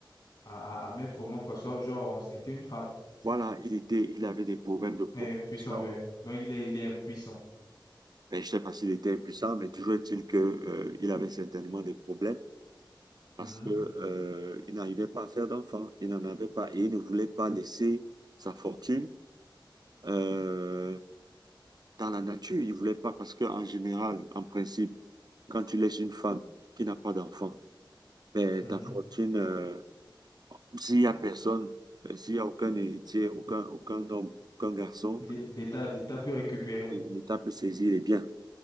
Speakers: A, on the left (about 60°); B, on the right (about 55°).
A: à, à, à- à mettre au monde, quoi. Soit, genre, c'était une femme.
B: Voilà, il était, il avait des problèmes de protection.
A: Il est impuissant, ouais. Donc, il est, il est impuissant.
B: Mais je ne sais pas s'il était impuissant, mais toujours est-il que, euh, il avait certainement des problèmes parce
A: Mhm.
B: que, euh, il n'arrivait pas à faire d'enfant. Il n'en avait pas et il ne voulait pas laisser sa fortune, euh, dans la nature. Il ne voulait pas parce que, en général, en principe, quand tu laisses une femme qui n'a pas d'enfant, ben,
A: Mhm.
B: ta fortune, euh, s'il n'y a personne, ben, s'il n'y a aucun héritier, aucun, aucun homme, aucun garçon,
A: L'é- L'État, l'État peut récupérer.
B: l'État peut saisir les biens.